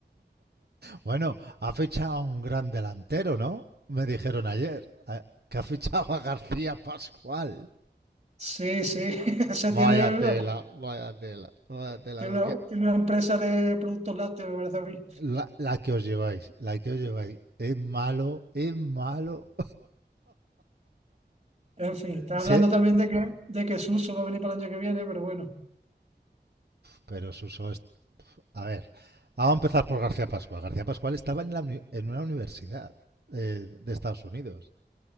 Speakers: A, on the right; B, on the right.
A: Bueno, ha fichado a un gran delantero, ¿no? Me dijeron ayer. a- Que ha fichado a García Pascual.
B: Sí, sí, <laughs> ese
A: Vaya
B: tiene,
A: tela, vaya tela, vaya tela.
B: tiene
A: Lo que,
B: una, tiene una empresa de productos lácteos, me parece a mí.
A: la, la que os lleváis, la que os lleváis. Es malo, es malo.
B: En fin, está
A: <laughs>
B: hablando
A: sí
B: también de que, de que Suso va a venir para el año que viene, pero bueno,
A: Pero Suso es... A ver, vamos a empezar por García Pascual. García Pascual estaba en, la uni- en una universidad eh, de Estados Unidos.